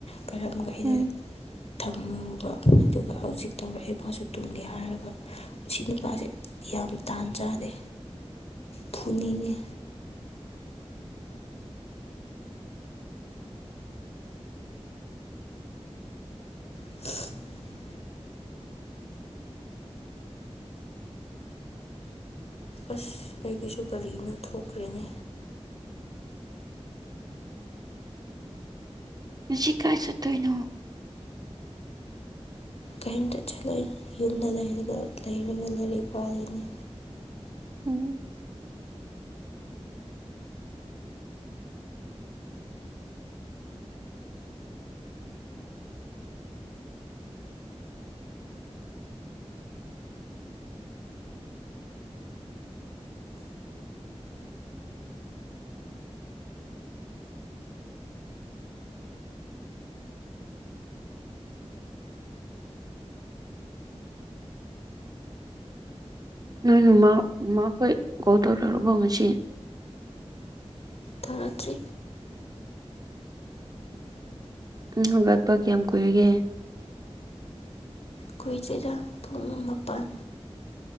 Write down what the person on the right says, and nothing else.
ꯎꯝ
ꯉꯁꯤ ꯀꯥꯏ ꯆꯠꯇꯣꯏꯅꯣ
ꯎꯝ ꯅꯣꯏꯃ ꯃꯥꯈꯣꯏ ꯀꯣꯜ ꯇꯧꯗ꯭ꯔꯕꯣ ꯉꯁꯤ
ꯍꯧꯒꯠꯄ ꯀꯌꯥꯝ ꯀꯨꯏꯔꯒꯦ